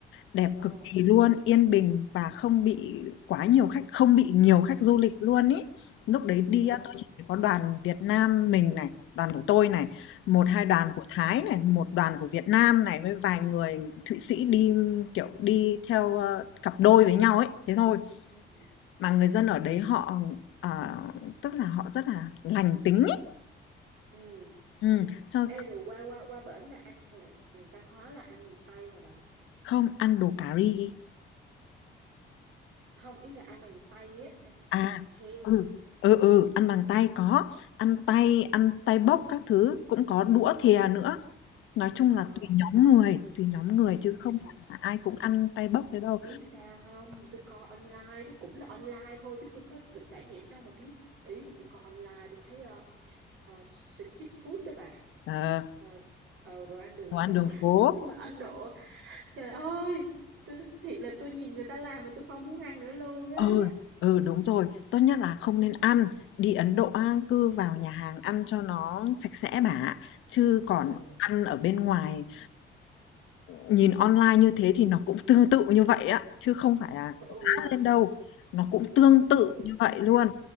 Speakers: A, on the left; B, on the right.
A: đẹp
B: Ờ,
A: cực kỳ luôn, yên bình và không bị quá nhiều khách, không bị nhiều khách du lịch luôn ý. Lúc đấy đi
B: ờ,
A: á, tôi chỉ thấy có đoàn Việt Nam mình này, đoàn của tôi này, một hai đoàn
B: ừm,
A: của Thái này, một đoàn của Việt Nam này với vài người Thụy Sĩ đi kiểu đi theo ờ, cặp đôi với nhau ấy, thế thôi
B: ừm,
A: mà người dân ở đấy họ, ờ, tức là họ rất là lành tính ấy.
B: ừm.
A: Ừm, cho
B: Ê, rồi qua qua qua bển là ăn là là văn hóa là ăn bằng tay hả bà?
A: không, ăn đồ cà ri
B: Không, ý là ăn bằng tay á, ăn ăn
A: à,
B: bằng hands.
A: ừ, ừ, ừ, ăn bằng tay có, ăn tay, ăn tay bốc các thứ, cũng có đũa thìa nữa. Nói chung là
B: Ờ,
A: tùy nhóm người, tùy nhóm người chứ
B: à,
A: không phải là ai cũng ăn tay bốc thế đâu.
B: biết sao không? Tôi coi online, tôi cũng là online thôi chứ tôi có được trải nghiệm đâu mà biết. Ý là tôi coi online, tôi thấy ờ, à, street food đó bà.
A: Ờ,
B: À, ờ, đồ ăn đường
A: đồ ăn
B: phố.
A: đường
B: <laughs>
A: phố.
B: Sao mà Ấn Độ, trời ơi! Tôi thiệt là tôi nhìn người ta làm mà tôi không muốn ăn nữa luôn á.
A: Ừ, ừ, đúng rồi, tốt nhất là không nên ăn. Đi Ấn Độ á, cứ vào nhà hàng ăn cho nó sạch sẽ bà ạ. Chứ còn
B: Ừ,
A: ăn ở bên ngoài nhìn online như thế thì nó cũng tương tự như vậy á, chứ không phải là quá
B: ôi,
A: lên đâu. Nó cũng tương tự
B: ừ.
A: như vậy luôn.